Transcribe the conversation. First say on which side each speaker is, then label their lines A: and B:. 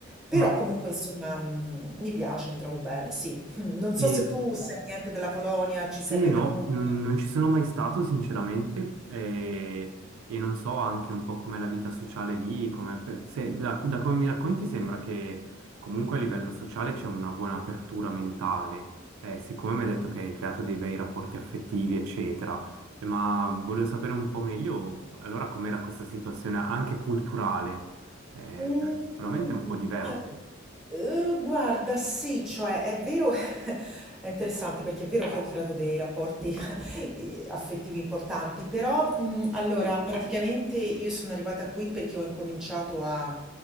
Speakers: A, in the centre; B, on the right.
A: Però
B: Ma
A: comunque, insomma, mh, mi piace, mi trovo bene, sì. <laughs> Non so
B: eh,
A: se tu sai niente della Polonia, ci sei
B: eh,
A: mai
B: no,
A: venuto.
B: non, non ci sono mai stato, sinceramente, eh, e non so anche un po' com'è la vita sociale lì, com'è- se- da, da come mi racconti sembra che comunque a livello sociale c'è una buona apertura mentale, Eh, siccome mi hai detto che hai creato dei bei rapporti affettivi, eccetera, eh, ma volevo sapere un po' meglio allora com'era questa situazione anche culturale, eh,
A: Mhmm,
B: perché sicuramente è un po' diverso.
A: guarda uhm, guarda sì, cioè è vero <laughs> è interessante perché è vero che ho creato dei rapporti, <laughs> ehm, affettivi importanti, però, mhmm, allora praticamente io sono arrivata qui perché ho incominciato a